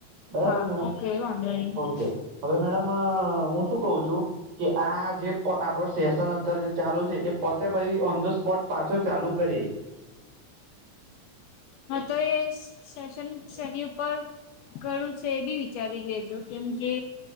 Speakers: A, on the right (about 70°); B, on the left (about 75°).
A: બરાબર
B: હા
A: મેડમ
B: ઓકે વાંધો નહી
A: ઓકે હવે મેડમ અ હું શુ કહ્યું છું. કે આજે આપડે સેશન અત્યારે જે ચાલુ છે, એ પતે પછી દ સ્પોટ પાછો ચાલુ કરીએ.
B: હા તોએ સેશન શરી ઉપર ઘરું છે, એભી વિચારી લેજો, કેમ કે,